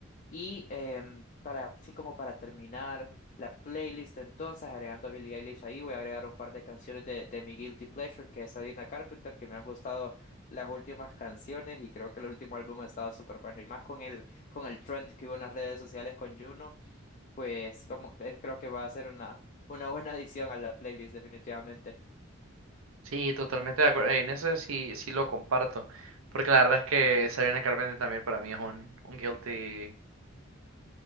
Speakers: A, on the left; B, on the right.
A: Y em, para, así como para terminar la playlist, entonces agregando a Billie Eilish ahí, voy a agregar un par de canciones de, de mi Guilty Pleasure, que es Adina Carpenter, que me han gustado las últimas canciones y creo que el último álbum ha estado súper bueno. Y más con el, con el trend que hubo en las redes sociales con Juno, pues vamos, eh, creo que va a ser una, una buena <laughs> adición a la playlist, definitivamente.
B: Sí, totalmente de acuerdo. En eso sí, sí lo comparto. Porque la verdad es que Sabrina Carpenter también para mí es un, un guilty.